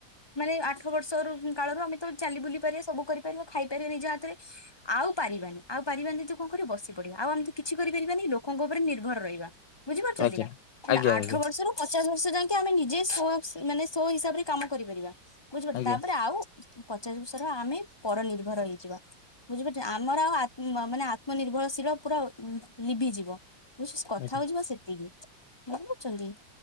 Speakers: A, on the left (about 15°); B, on the left (about 70°).
A: ମାନେ ଆଠ ବର୍ଷର କାଳରୁ ଆମେ ତ ଚାଲି ବୁଲି ପାରିବା ସବୁ କରିବା ତ ସେ ଖାଇପାରିବେ ନିଜ ହାତରେ। ଆଉ ପାରିବାନି ଆଉ ପାରିବାନି ଯଦି କଣ କରିବ ବସି ପଡିବା ଆଉ ଏମିତି କିଛି କରିପାରିବାନି ଲୋକଙ୍କ ଉପରେ ନିର୍ଭର ରହିବା। ବୁଝିପାରୁଚନ୍ତି
B: ଆଜ୍ଞା
A: ନା ହେଲା
B: ଆଜ୍ଞା
A: ଆଠ
B: ଆଜ୍ଞା ଆଜ୍ଞା
A: ବର୍ଷରୁ ପଚାଶ ବର୍ଷ ଯାଇଁକେ ଆମେ ନିଜେ ସ ମାନେ ସୋ ହିସାବରେ କାମ କରିପାରିବା ବୁଝିପାରୁିଲ
B: ଆଜ୍ଞା
A: ତାପରେ ଆଉ ପଚାଶ ବର୍ଷର ଆମେ ପର ନିର୍ଭର ହେଇଯିବା। ବୁଝିପାରଚ ଆମର ଆଉ ମାନେ ଆତ୍ମନିର୍ଭରଶୀଳ ପୁରା ଉ ଉଁ ଲିଭିିଯିବ। ବ ସେ
B: ଆଜ୍ଞା।
A: କଥା ହଉ ଯିବା ସେତିକି ବୁଝପାରଚନ୍ତି।